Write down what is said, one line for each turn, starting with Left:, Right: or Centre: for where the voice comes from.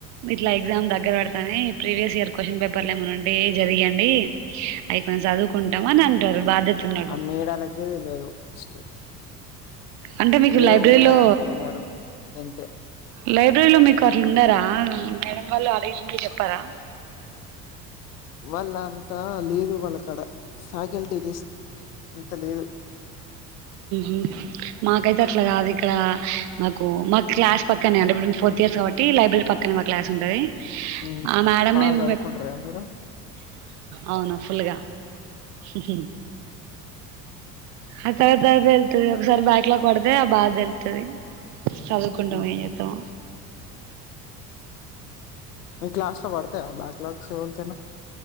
Right: ఇట్లా ఎగ్జామ్ దగ్గర పడతానే ఈ ప్రీవియస్ ఇయ క్వశ్న్ పేపర్ ఏమండి అంటే జరిగడి అవి కొన్నిం చదువుకుంటాం అని అంటారు బాధ్యత ఉన్నోళ్ళు
Left: ఆ మీడలాకే తెలియదు ఫస్ట్
Right: అంటే మీకు
Left: ఏదో
Right: లైబ్రరీలో
Left: ఉన్నారంటే ఉన్నారు గంతే
Right: లైబ్రరీలో మీకు అట్లు ఉన్నారా మేడం వాళ్ళు అడగుతుంది చెప్పారా
Left: వాళ్ళ అంతా లేదు వాళ్ళక్కడ ఫ్యాకల్టీ చే అంత లేదు
Right: ఉ మాకైతే అట్లా కాదు ఇక్కడ మాకు మాకు క్లాస్ పక్కనే అంటే ఇప్పుడు ఫోర్త్ ఇయర్స్ కాట్టి లైబ్రరీ పక్క సినిమా క్లాస్ ఉంటది
Left: ఉమ్
Right: ఆ మేడం
Left: బాగా
Right: మేము
Left: చదువుకుంటారా మీరు
Right: అవును ఫుల్గా సశ ఆ తర్వాత తర్వాత వెళ్తుది ఒకసారి బ్యాక్ లాగ పడితే ఆ బాధ తెళ్తుంది చదువుకుంటవ
Left: ఉహు.
Right: చేతం
Left: మీ క్లాస్లో పడతే బాట్లక్ష స వెల్తే